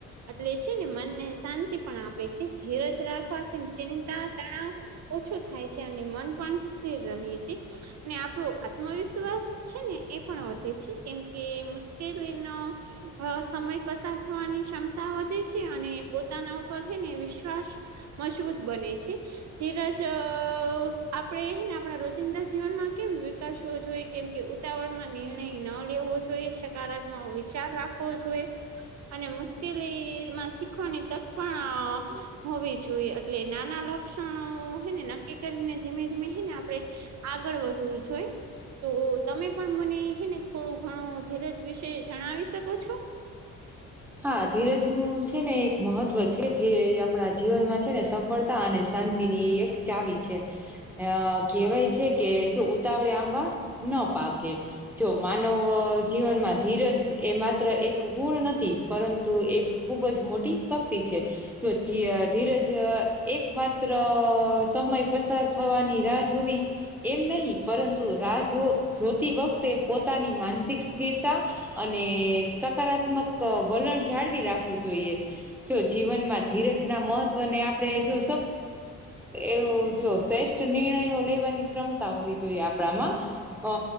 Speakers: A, on the right; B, in the centre.
A: એટલે છે ને મનને શાંતિ પણ આપે છે ધીરજ રાખવાથી ચિંતા, તણાવ ઓછો થાય છે અને મન પણ સ્થિર રહે છે અને આપણો આત્મવિશ્વાસ છે ને એ પણ વધે છે, કેમ કે મુશ્કેલીનો અ સમય પસાર થવાની ક્ષમતા વધે છે અને પોતાના ઉપર છેને વિશ્વાસ મજબૂત બને છે. ધીરજ અ આ આપણે એને આપણા રોજિંદા જીવનમાં કેમ વિકસવો જોઈએ કેમ કે ઉતાવળમાં નિર્ણય ન લેવો જોઈએ, શ સકારાત્મ વિચાર રાખવો જોઈએ. અને મુશ્કેલીમાં શીખવાની તક પણ હોવી જોઈએ. એટલે નાના લક્ષણો હેને નક્કી કરીને જેમે હ ને આપડે આગળ વધવું જોઈ. તો તમે પણ મને હે ને થોડું ઘણો ધીરજ વિશે જણાવી શકો છો <inaudible>
B: હા ધીરજ નું છે ને એક મહત્વ છે જે આપડા જીવનમાં છે ને સફળતા અને શાંતિની એક ચાવી છે અ કહેવાય છે કે જો ઉતાવળે આંબા ન પાકે જો માનવ જીવનમાં ધીરજ એ માત્ર એક ગુણ નથી પરંતુ એક ખૂબ જ મોટી શક્તિ છે જો ધિઅ ધીરજ એક માત્ર સમય પસાર થવાની રાહ જોવી એમ નહીં પરંતુ રાહ જો જોતી વખતે પોતાની માનસિક સ્થિરતા અને સકારાત્મક વલણ જાળવી રાખવું જોઈએ જો જીવનમાં ધીરજના મહત્વને આપડે જો એવું જો શ્રેષ્ઠ નિર્ણયો લેવાની ક્ષમતા હોવી જોઈએ આપડા માં અ